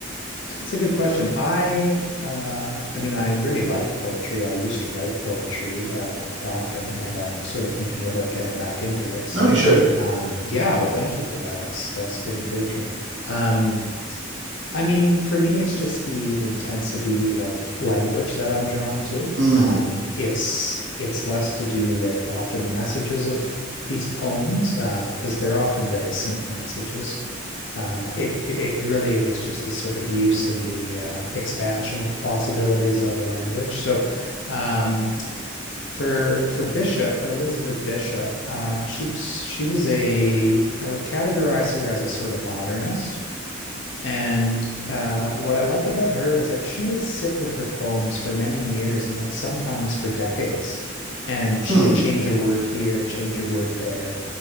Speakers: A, on the left (about 65°); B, on the right (about 75°).
A: That's a good question. I uh, I mean, I really like poetry. I used to write poetry uh, quite often, and I'm sort of thinking about getting back into it. So,
B: No, you should.
A: um, yeah, well, thank you for that. That's that's good encouragement. Um, I mean, for me, it's just the intensity of language that I'm drawn to.
B: Mm.
A: Um, it's it's less to do with often the messages of these poems, uh, because they're often very simple messages. Uh, it, it it really is just the sort of use and the uh, expansion of the possibilities of the language. So, um, for for Bishop, for Elizabeth Bishop, uh, she was she was a I would categorize her as a sort of modernist. And uh, what I like about her is that she would sit with her poems for many years and that sometimes for decades. And she
B: Hmm.
A: would change a word here, change a word there.